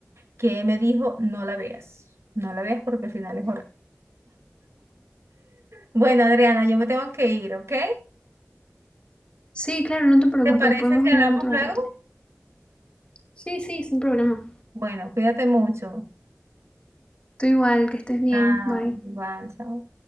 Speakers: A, on the right; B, on the left.
A: que me dijo, no la veas. No la veas porque al final es horrible. <laughs> Bueno, Adriana, yo me tengo que ir, ¿ok?
B: Sí, claro, no te preocupes,
A: ¿Te parece
B: podemos
A: si
B: hablar
A: hablamos
B: otro
A: luego?
B: rato. Sí, sí, sin problema.
A: Bueno, cuídate mucho.
B: Tú igual, que estés bien,
A: Ah,
B: bye.
A: igual, chao.